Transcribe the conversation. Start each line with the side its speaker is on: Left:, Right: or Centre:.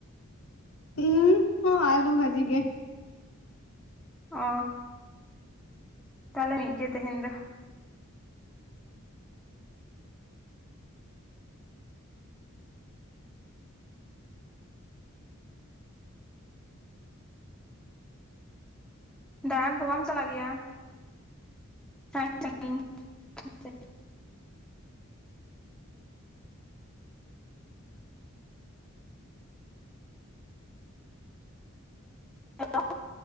Left: ᱤᱧ ᱦᱚᱸ ᱟᱞᱩ ᱵᱷᱟᱹᱡᱤ ᱜᱮ᱾
Centre: ᱚ ᱛᱟᱦᱚᱞᱮ ᱢᱤᱫ ᱜᱮ ᱛᱮᱦᱮᱧ ᱫᱚ᱾ ᱫᱟᱬᱟᱱ ᱠᱚ ᱵᱟᱢ ᱪᱟᱞᱟᱜ ᱜᱮᱭᱟ? <inaudible> ᱦᱮᱞᱳ <inaudible>